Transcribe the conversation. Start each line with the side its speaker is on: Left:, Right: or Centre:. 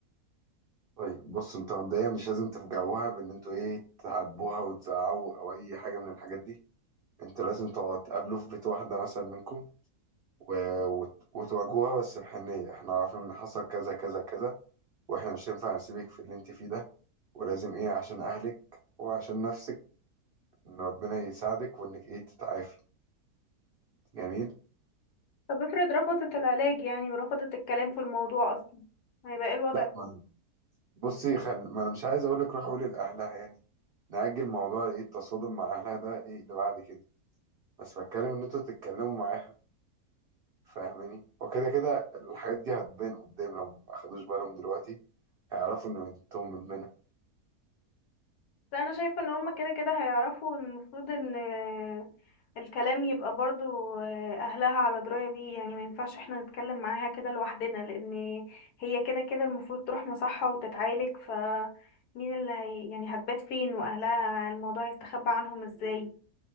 Right: طيب بص انت مبدئيا مش لازم تفجعوها بان انتوا ايه تعاتبوها وتزعقوا او اي حاجه من الحاجات دي انتوا لازم تقعدوا تقابلوا في بيت واحده مثلا منكم و... وت... وتواجهوها بس بحنيه احنا عارفين ان حصل كذا كذا كذا واحنا مش هينفع نسيبك في اللي انت فيه ده ولازم ايه عشان اهلك وعشان نفسك ان ربنا يساعدك وانك ايه تتعافي جميل
Left: طب افرض رفضت العلاج يعني ورفضت الكلام في الموضوع اصلا هيبقى ايه الوضع
Right: لا ما- بصي خل... ما انا مش عايز اقول لك روح قولي لاهلها يعني نأجل موضوع ايه التصادم مع اهلها ده ايه اللي بعد كده بس بتكلم ان انتوا تتكلموا معاها فاهماني وكده كده الحاجات دي هتبان قدام لو ما اخدوش بالهم دلوقتي هيعرفوا ان بنتهم مدمنه
Left: بس انا شايفه ان هما كده كده هيعرفوا المفروض ان آه، الكلام يبقى برضو آه، اهلها على درايه بيه يعني ما ينفعش احنا نتكلم معاها كده لوحدنا لان هي كده كده المفروض تروح مصحه وتتعالج ف مين اللي هي يعني هتبات فين واهلها الموضوع هيستخبى عنهم ازاي